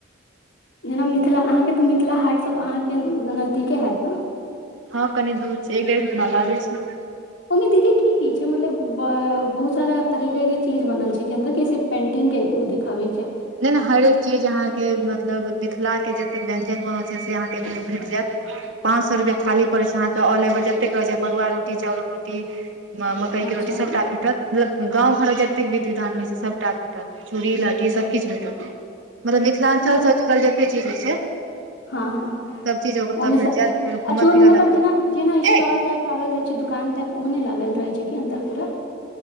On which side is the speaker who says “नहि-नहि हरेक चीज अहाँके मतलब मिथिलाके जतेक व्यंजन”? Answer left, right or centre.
Right